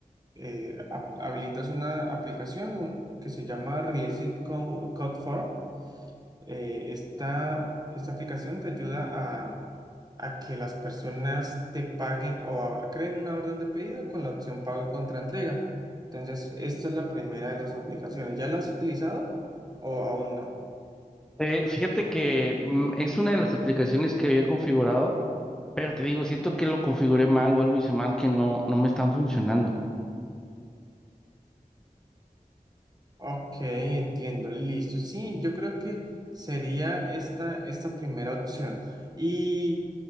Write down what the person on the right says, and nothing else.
eh, hab- habilitas una aplicación que se llama Release It Co- Code for eh, esta, esta aplicación te ayuda a, a que las personas te paguen o a- creen una orden de pedido con la opción pago contra entrega. Entonces, esta es la primera de las aplicaciones. ¿Ya la has utilizado o aún no?
Ok, entiendo, listo. Sí, yo creo que sería esta, esta primera opción. Y